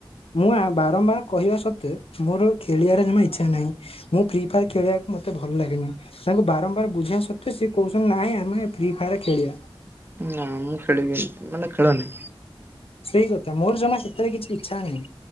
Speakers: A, on the left; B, on the right.
A: ମୁଁ ଆ ବାରମ୍ବାର କହିବା ସତ୍ତ୍ୱେ ମୋର ଖେଳିଆର ଜମା ଇଚ୍ଛା ନାହିଁ। ମୁଁ ଫ୍ରି ଫାୟାର୍ ଖେଳିଆକୁ ମତେ ଭଲ ଲାଗେନି। ତାଙ୍କୁ ବାରମ୍ବାର ବୁଝେଇଆ ସତ୍ତ୍ୱେ ସେଏ କହୁଚନ୍ତି ନାଇଁ ଆମେ ଫ୍ରି ଫାୟାର୍ ଖେଳିଆ।
B: ନାଁ ମୁଁ ଖେଳିବିନି, ମାନେ ଖେଳନି।
A: ସେଇ କଥା ମୋର ଜମା ସେତେରେ କିଛି ଇଚ୍ଛା ନାହିଁ,